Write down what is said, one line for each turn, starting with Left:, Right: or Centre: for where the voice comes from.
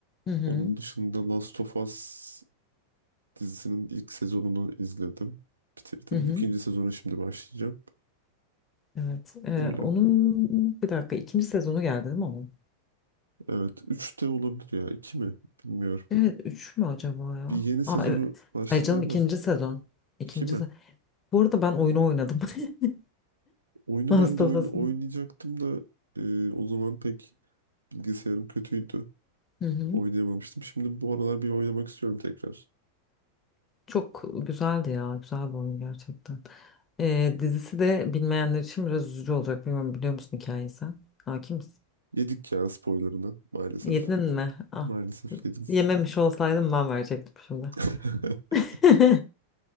Left: Hı hı.
Right: Onun dışında Last of Us dizisinin ilk sezonunu izledim. Bitirdim.
Left: Hı hı.
Right: İkinci sezonu şimdi başlayacağım.
Left: Evet. e,
Right: Öyle.
Left: onun bir dakika ikinci sezonu geldi değil mi onun?
Right: Evet. Üç de olabilir ya. iki mi? Bilmiyorum.
Left: Evet üç mü acaba ya?
Right: Bir yeni sezonu
Left: Aa evet.
Right: başladı
Left: Hayır canım
Right: ama
Left: ikinci sezon. İkinci
Right: iki mi?
Left: sezon. Bu arada ben oyunu oynadım. <laughs>
Right: Oyunu
Left: Last
Right: ben de
Left: of
Right: oyun
Left: Us'ın.
Right: oynayacaktım da e, o zaman pek bilgisayarım kötüydü.
Left: Hı hı.
Right: Oynayamamıştım. Şimdi bu aralar bir oynamak istiyorum tekrar.
Left: Çok güzeldi ya. Güzel bir oyun gerçekten. Ee, dizisi de bilmeyenler için biraz üzücü olacak. Bilmiyorum biliyor musun hikayeyi sen? Hakim misin?
Right: Yedik ya spoilerını maalesef.
Left: Yedin mi? Ah.
Right: Maalesef yedim.
Left: Yememiş olsaydım ben verecektim şimdi.
Right: <laughs>
Left: <laughs>